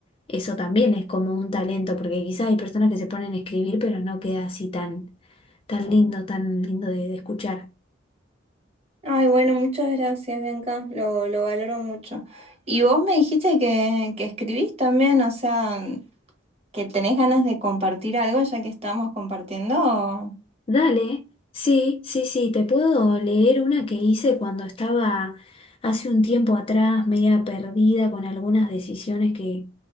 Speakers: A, on the left; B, on the right.
A: Eso también es como un talento, porque quizás hay personas que se ponen a escribir, pero no queda así tan, Tan lindo, tan lindo de, de escuchar.
B: Ay, bueno, muchas gracias, Bianca, lo, lo valoro mucho. Y vos me dijiste que, que escribís también, o sea... que tenés ganas de compartir algo ya que estamos compartiendo.
A: Dale, sí, sí, sí, te puedo leer una que hice cuando estaba hace un tiempo atrás, media perdida con algunas decisiones que,